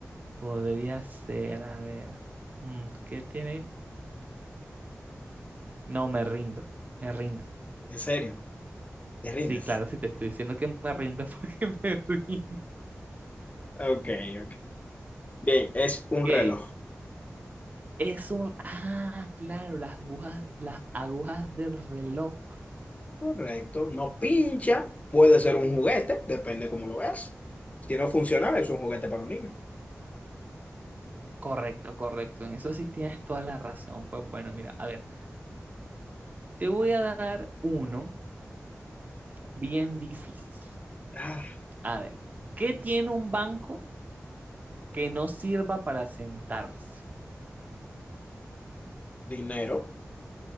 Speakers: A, on the right (about 35°); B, on the left (about 30°).
A: Podría ser, a ver, mm, ¿qué tiene? No, me rindo, me rindo.
B: En serio, te rindes.
A: Sí, claro, si te estoy diciendo que me rindo <laughs> porque me rindo.
B: Ok, ok. Bien, es un
A: ¿Qué
B: reloj.
A: es? Es un, ah, claro, las agujas, las agujas del reloj.
B: Correcto, no pincha, puede ser un juguete, depende cómo lo veas. Si no funciona, es un juguete para un niño.
A: Correcto, correcto. En eso sí tienes toda la razón. Pues bueno, mira, a ver, te voy a dar uno bien difícil.
B: Ah,
A: A ver, ¿qué tiene un banco que no sirva para sentarse?
B: dinero.